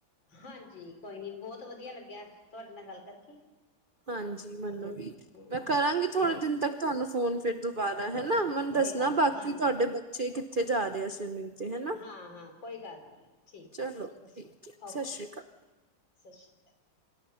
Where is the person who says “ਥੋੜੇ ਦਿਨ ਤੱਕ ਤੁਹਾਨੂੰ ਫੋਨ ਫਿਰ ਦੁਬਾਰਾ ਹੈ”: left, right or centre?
Right